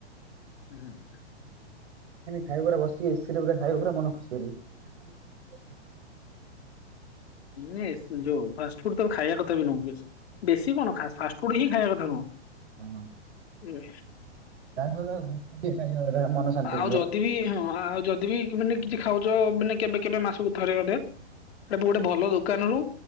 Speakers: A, on the left; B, on the right.
A: ହୁଁ ହୁଁ।
B: ଖାଇବା ପା ବସି ଏସିରେ ପୁରା ଖାଇବ ପୁରା ମନ ଖୁସି କରିକି।
A: ହୁଁ ଯୋଉ ଫାଷ୍ଟଫୁଡ ତ ଖାଇବା କଥା ବି ନୁହଁ ବେଶୀ ବେଶୀ କଣ୍ ଫାଷ୍ଟଫୁଡ ହିଁ ଖାଇବା କଥା। ନୁହଁ।
B: ହଁ।
A: ହୁଁ।
B: ତା ଭଲ ଗୁପଚୁପ ଟିକେ ଖାଇଦବା କଥା ମନ ଶାନ୍ତି ହେଇଯିବ।
A: ଆଉ ଯଦି ବି ହଁ ଆଉ ଯଦି ବି ମାନେ କିଛି। ଖାଉଛ ମାନେ କେବେ କେବେ ମାସକୁ ଥରେ ଅଧେ ତେବେ ଗୋଟେ ଭଲ ଦୋକାନରୁୁ।